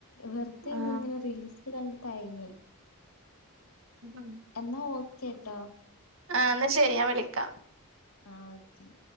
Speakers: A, on the left; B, on the right.
A: വെറുതെ ഇരുന്ന്
B: ആഹ്
A: ഇങ്ങനെ റീൽസ്- ഇത് കണ്ട് തയങ്ങി-
B: ഉം..... <unintelligible>
A: എന്നാ ഓക്കെ ട്ടോ
B: ആഹാ എന്നാൽ ശരി ഞാൻ വിളിക്കാം-
A: ആ വിളിക്കാം